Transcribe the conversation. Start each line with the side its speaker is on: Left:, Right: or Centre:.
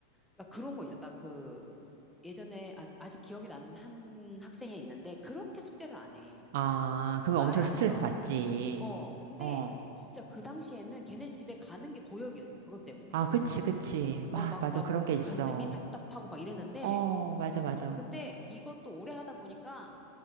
Centre: 그러니까 그런 거 있었다. 그, 예전에, 아, 아직 기억이 나는 한 학생이 있는데, 그렇게 숙제를 안 해.
Right: 아, 그러면
Centre: 말을
Right: 엄청 스트레스
Centre: 안 들어.
Right: 받지.
Centre: 어, 근데
Right: 어.
Centre: 그, 진짜 그 당시에는 걔네 집에 가는 게 고역이었어, 그것 때문에.
Right: 아, 그치, 그치. 와,
Centre: 어, 막,
Right: 맞아.
Centre: 막,
Right: 그런 게 있어.
Centre: 가슴이 답답하고 막 이랬는데,
Right: 어, 맞아, 맞아.
Centre: 근데 이것도 오래 하다 보니까,